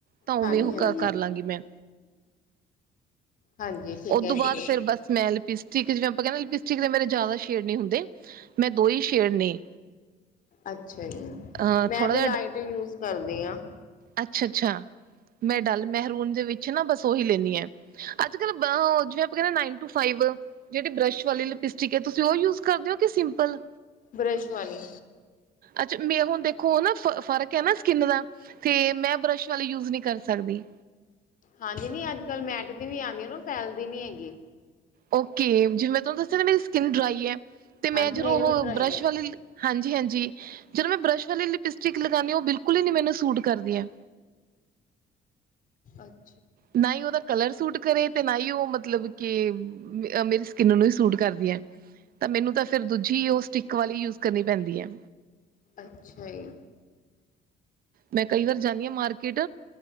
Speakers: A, on the right; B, on the left.
A: ਤਾਂ ਉਵੇਂ
B: ਹਾਂਜੀ,
A: ਉਹ
B: ਹਾਂਜੀ,
A: ਕ ਕਰ ਲਾਂਗੀ ਮੈਂ
B: ਹਾਂਜੀ ਠੀਕ
A: ਉਹ ਦੋ
B: ਐ ਜੀ,
A: ਬਾਅਦ ਫਿਰ ਬੱਸ ਮੈਂ ਲਿਪਸਟਿਕ ਜਿਵੇਂ ਆਪਾਂ ਕਹਿਣਾ ਲਿਪਸ ਟਿਕ ਦੇ ਮੇਰੇ ਜ਼ਿਆਦਾ ਸ਼ੇਡ ਨੀ ਹੁੰਦੇ ਮੈਂ ਦੋ ਹੀ ਸ਼ੇਡ ਨੇ
B: ਅੱਛਾ ਜੀ
A: ਅ
B: ਮੈਂ
A: ਥੋੜਾ
B: ਵੀ ਲਾਈਟ ਹੀ ਯੂਜ ਕਰਦੀ ਹਾਂ
A: ਅੱਛਾ ਅੱਛਾ ਮੈਂ ਡੱਲ ਮਹਿਰੂਨ ਦੇ ਵਿੱਚ ਨਾ ਬਸ ਉਹੀ ਲੈਂਨੀ ਆਂ ਅੱਜ ਕੱਲ
B: ਅੱਛਾ
A: ਬਹੋ ਜਿਵੇਂ ਆਪਾਂ ਕਹਿੰਣੇ ਆ ਨਾਈਨ ਟੂ ਫਾਈਵ ਜਿਹੜੀ ਬਰੱਸ਼ ਵਾਲੀ ਲਿਪਸਟਿਕ ਹੈ ਤੁਸੀਂ ਉਹ ਯੂਜ ਕਰਦੇ ਹੋ ਕਿ ਸਿੰਪਲ
B: ਬਰੱਸ਼ ਵਾਲੀ
A: ਅੱਛਾ ਮੇ ਹੁਣ ਦੇਖੋ ਨਾ ਫ ਫ਼ਰਕ ਹੈ ਨਾ ਸਕਿੰਨ ਦਾ ਤੇ ਮੈਂ ਬਰੱਸ਼ ਵਾਲੀ ਯੂਜ ਨਹੀਂ ਕਰ ਸਕਦੀ
B: ਹਾਂਜੀ ਨਹੀਂ ਅੱਜ ਕੱਲ ਮੈਟ ਦੀ ਵੀ ਆਉਂਦੀ ਹੈ ਨਾ ਫੈਲਦੀ ਨੀ ਹੈਗੀ
A: ਓਕੇ ਜਿਵੇਂ ਮੈਂ ਤੁਹਾਨੂੰ ਦੱਸਿਆ ਨਾ ਮੇਰੀ ਸਕਿਨ ਡਰਾਈ ਹੈ ਤੇ ਮੈਂ
B: ਹਾਂਜੀ
A: ਜਦੋਂ
B: ਮੇਰੀ
A: ਉਹ
B: ਵੀ ਡਰਾਈ
A: ਬਰਸ਼
B: ਹੈ
A: ਵਾਲੀ ਲਿ ਹਾਂਜੀ ਹਾਂਜੀ ਜਦੋਂ ਮੈਂ ਬਰੱਸ਼ ਵਾਲੀ ਲਿਪਸਟਿਕ ਲਗਾਉਂਦੀ ਹਾਂ ਉਹ ਬਿਲਕੁਲ ਹੀ ਨੀ ਮੈਨੂੰ ਸੂਟ ਕਰਦੀ ਹੈ
B: ਅੱ
A: ਨਾ ਹੀ ਉਹਦਾ ਕਲਰ ਸੂਟ ਕਰੇ ਤੇ ਨਾ ਹੀ ਉਹ ਮਤ ਮਤਲਬ ਕਿ ਅਹ ਮੇਰੀ ਸਕਿੰਨ ਨੂੰ ਹੀ ਸੂਟ ਕਰਦੀ ਹੈ ਤਾਂ ਮੈਨੂੰ ਤਾਂ ਫੇਰ ਦੂਜੀ ਉਹ ਸ ਟਿਕ ਵਾਲੀ ਯੂਸ ਕਰਨੀ ਪੈਂਦੀ ਹੈ
B: ਅੱਛਾ ਜੀ
A: ਮੈਂ ਕਈ ਵਾਰ ਜਾਂਣੀ ਹਾਂ ਮਾਰਕੀਟ